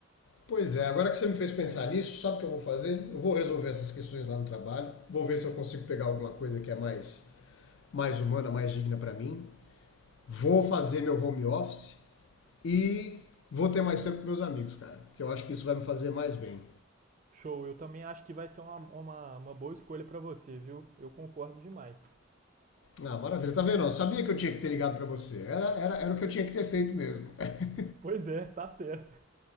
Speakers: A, on the left; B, on the right.
A: Pois é, agora que você me fez pensar nisso, sabe o que eu vou fazer? Eu vou resolver essas questões lá no trabalho, vou ver se eu consigo pegar alguma coisa que é mais mais humana, mais digna para mim. Vou fazer meu home office e vou ter mais tempo com meus amigos, cara. Que eu acho que isso vai me fazer mais bem.
B: Show, eu também acho que vai ser uma, uma, uma boa escolha para você, viu? Eu concordo demais.
A: Ah, maravilha. Tá vendo? Eu sabia que eu tinha que ter ligado para você. Era, era, era o que eu tinha que ter feito mesmo. <laughs>
B: Pois é, tá certo.